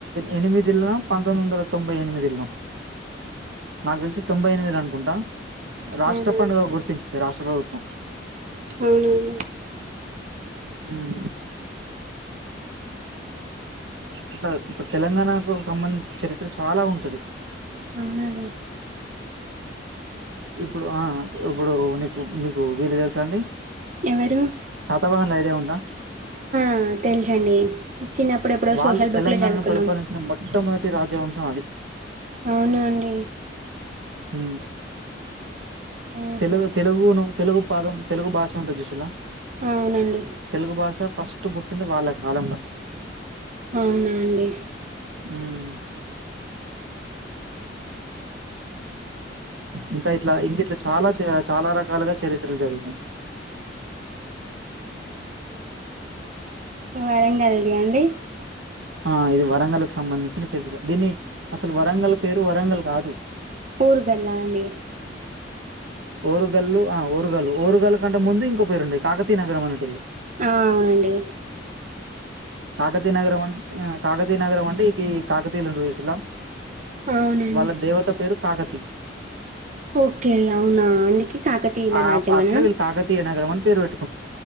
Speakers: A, on the right (about 80°); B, on the right (about 45°).
A: ఎనిమిదిలో పంతొమ్మిది వందల తొం బై ఎనిమిదిల్లో నాకు తెలిసి తొంభై ఎనిమిది ల అనుకుంటా రాష్ట్ర
B: అవునా!
A: పండుగగా గుర్తించి రాష్ట్ర ప్రభుత్వం
B: అవునవును
A: మ్ ఇట్లా ఇపుడ్ తెలంగాణకు సంబంధించిన చరిత్ర చాలా ఉంటది
B: అవునండి.
A: ఇప్పుడు ఆ ఇప్పుడు నీకు మీకు వీళ్ళు తెలుసా అండి
B: ఎవరు?
A: తవన్లూ ఐడియా ఉందా
B: ఆ తెలుసండి చిన్నప్పుడు ఎప్పుడో
A: వాళ్ళు
B: సోషల్ బుక్‌లో
A: తెలంగాణను
B: చదువుకున్నాం.
A: పరిపాలించిన మొట్టమొదటి రాజ్యవంశం అది
B: అవునా అండి?
A: హ్
B: ఆహా!
A: తెలుగు తెలుగును తెలుగు పాదం తెలుగు భాష ఉంటాది. జూసిల్లా
B: అవునండి.
A: తెలుగు భాష ఫస్ట్ స్ట్ పుట్టింది వాళ్ల కాలం ల
B: అవునా అండి
A: హ్ ఇంకా ఇట్లా ఇంకిట్లా చాలా చెయ్ చాలా రకాలుగా చరి త్రాలు జరిగినాయి
B: వరంగల్ది యండి
A: ఆ ఇది వరంగల్లు కు సంబంధించిన చరిత్ర దీన్ని అసలు వరంగల్ పేరు వరంగల్ కాదు
B: ఓరుగల్లా అండి
A: ఓరుగల్లు ఆ ఓరుగల్లు ఓరుగాల్లు కంటే ముందు ఇంకో పేరుండే కాకతీయ నగరం అనేటోల్లు
B: ఆ అవునండి
A: కాకతీయా నగరం అంటే కాకతీయా నగరం అంటే ఇక కాకతీయులను జూసిల్లా
B: అవునండి.
A: వాళ్ళ దేవత పేరు కాకతి
B: ఓకే అవునా అందుకే కాకతీయుల
A: ఆ
B: రాజ్యమనా
A: అట్లా వీళ్ళు కాకతీయ నగరం అని పేరు పెట్టు